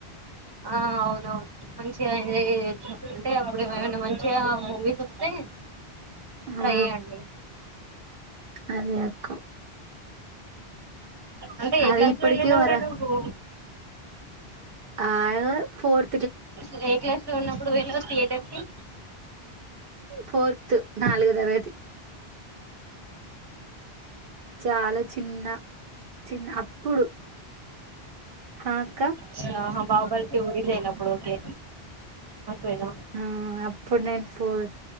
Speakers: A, on the right; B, on the right.
A: ఆ అవునువును మంచిగా ఎంజాయ్ చేయచ్చు అంటే అప్పుడు ఏమైనా మంచిగా మూవీస్ వస్తే ట్రై
B: ఆ
A: చేయండి
B: అదే అక్క
A: అంటే ఏ
B: అది
A: క్లాస్
B: ఇప్పటికి
A: లో ఎల్లినవ్
B: వర
A: రా నువ్వు
B: ఆయ్ దే ఫోర్
A: అసలు ఏ క్లాస్ లో ఉన్నప్పుడు వెళ్ళావ్ థియేటర్ కి
B: ఫోర్త్ నాలుగో తరగతి చాలా చిన్న చిన్న అప్పుడు హా ఆక్క
A: చ్చా హా బాహుబలి టూ రిలీ అయినప్పుడు ఒకే ఒకవేళ
B: ఊ అప్పుడు నేను ఫోర్త్